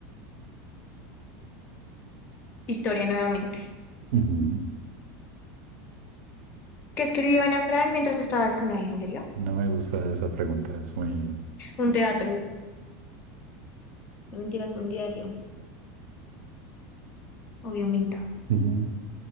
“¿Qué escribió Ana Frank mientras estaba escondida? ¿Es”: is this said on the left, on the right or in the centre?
Left